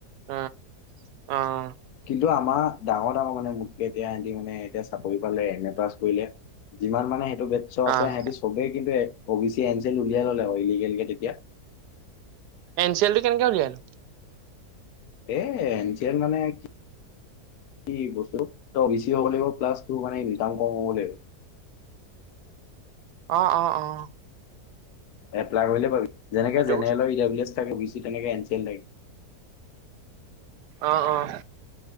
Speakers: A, on the right; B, on the left.
A: উ অঁ।
B: কিন্তু আমাৰ ডাঙৰ ডাঙৰ মানে মোতকে এতিয়া সিহঁতি মানে এতিয়া চাকৰি পালে এম এ পাছ কৰিলে, যিমান মানে সেইটো বেডছৰ আছে
A: অ',
B: সিহঁতি চবেই কিন্তু O B C N C L উলিয়াই ল'লে ক তেতিয়া ইলিগেলকে তেতিয়া।
A: এন চি এলটো কেনেকে উলিয়াই নো?
B: এ এন চি এল মানে কি কি বস্তু ত বেছি হ'ব লাগিব প্লাছ মানে ইনকাম কম হ'ব লাগিব। <unintelligible>
A: অ অ অ।
B: এপ্লাই কৰিলে পাবি যেনেকে
A: সেইটো
B: জেনেৰেলৰ
A: কথা
B: এ থাকে তেনেকে এনচিল থাকে।
A: অঁ অঁ।